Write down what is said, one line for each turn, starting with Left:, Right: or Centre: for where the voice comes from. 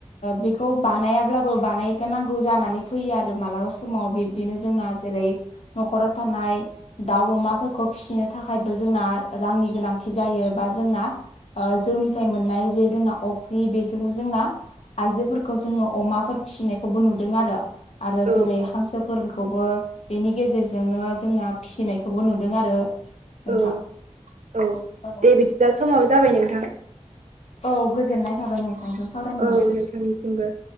Left: बेखौ बानायाब्लाबो बानायगोनांगौ जानानै फैयो आरो मालाबा सम माव बिब्दिनो जोंना जेरै न'खराव थानाय दाउ अमाफोरखौ फिसिनो थाखायबो जोंना रांनि गोनांथि जायो बा जोंना ओ जौनिफ्राय मोननाय जे जोंना अफ्रि बेजोंबो जोंना आइजोफोरखौ जोङो अमाफोर फिसिनायखौबो नुदों आरो आरो
Right: औ
Left: जेरै हांसो फोरखौबो बेनि गेजेरजोंनो जोंना फिसिनायखौबो नुदों आरो। नोंथां
Right: औ-औ
Left: औ
Right: दे बिदिबा समाव जाबाय नोंथां।
Left: औ गोजोननाय
Right: औ
Left: थाबाय नोंथांजों सावरायनो मोनना
Right: नोंथांनिसिमबो।